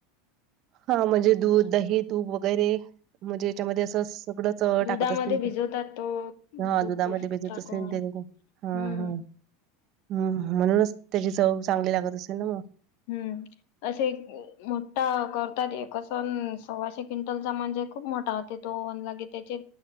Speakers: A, on the right; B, on the left.
A: हा म्हणजे दूध दही तूप वगैरे म्हणजे त्याच्यामध्ये अस सगळंच
B: दुधामध्ये
A: टाकत असतील
B: भिजवतात तो
A: हा
B: तूप
A: दुधामध्ये
B: वूप
A: भेजत
B: टाकून
A: असेतील ते हा
B: हम्म
A: हा हम् म्हणूनच त्याची चव चांगली लागत असेल ना मग.
B: हम्म असे मोठा करतात एक सण सव्वाशे क्विंटलचा म्हणजे खूप मोठा होते गे त्याचे